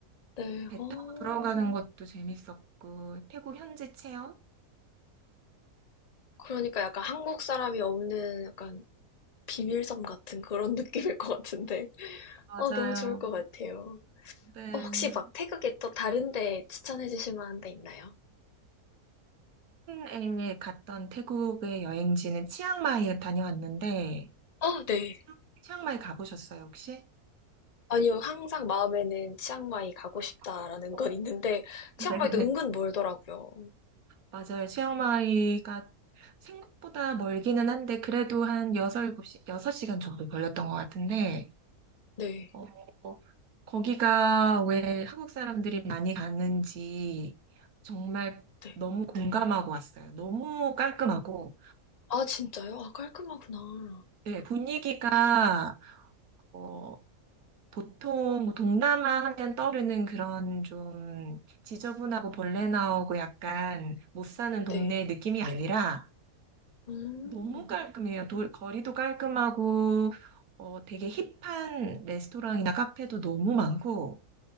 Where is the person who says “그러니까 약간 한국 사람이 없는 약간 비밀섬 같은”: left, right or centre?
Left